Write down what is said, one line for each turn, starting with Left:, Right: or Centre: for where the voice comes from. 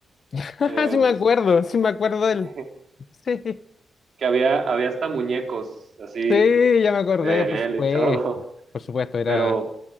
Left: <laughs>
Right: Eh,
Left: Sí me acuerdo, sí me acuerdo del...
Right: <laughs>
Left: Sí,
Right: que había, había hasta muñecos así
Left: sí, ya me acordé,
Right: de
Left: por supuesto.
Right: él y todo, <laughs>
Left: Por supuesto, era,
Right: pero